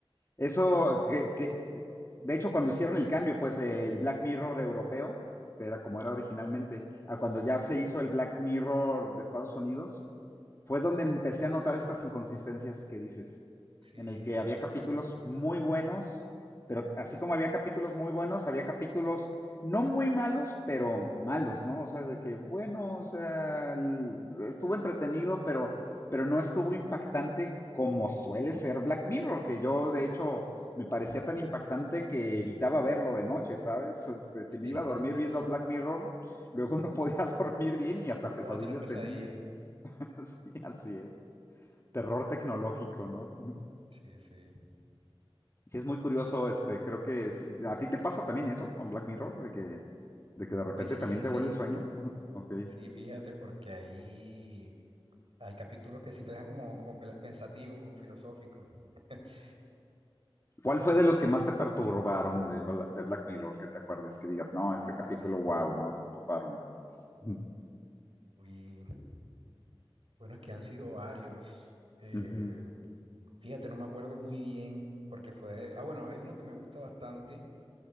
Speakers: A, on the left; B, on the right.
A: Eso que, que, de hecho, cuando hicieron el cambio, pues, del Black Mirror europeo, que era como era originalmente, a cuando ya se hizo el Black Mirror de Estados Unidos, fue donde empecé a notar estas inconsistencias que dices
B: Sí,
A: en el que
B: sí,
A: había capítulos muy buenos, pero así como había capítulos muy buenos, había capítulos no muy malos, pero malos, ¿no? O sea, de que, bueno, o sea, el- estuvo entretenido, pero, pero no estuvo impactante como suele ser Black Mirror, que yo de hecho me parecía tan impactante que evitaba verlo de noche, ¿sabes? Este, si
B: sí.
A: me iba
B: <laughs>
A: a dormir viendo Black Mirror, luego no podía <laughs> dormir bien y hasta
B: Hoy
A: pesadillas
B: vas a tener pesadillas.
A: tenía. <laughs> Sí, así es. Terror tecnológico, ¿no?
B: Sí, sí.
A: Sí, es muy curioso, este, creo que es- a ti te pasa también eso con Black Mirror, de que, de que de repente
B: Pues sí,
A: también te
B: sí,
A: huele el sueño. <laughs> Ujú, Ok.
B: sí, fíjate, porque ahí. Hay capítulos que sí te dejan como, como pe- pensativo, como filosófico. <laughs>
A: ¿Cuál fue de los que más te perturbaron de, Mal- del Black Mirror que te acuerdes? Que digas, no,
B: Ay,
A: este capítulo, wow, no, se pasaron. Ujú.
B: uy. Bueno, es que han sido varios. Eh,
A: Ujú.
B: fíjate, no me acuerdo muy bien porque fue... Ah, bueno, hay uno que me gusta bastante.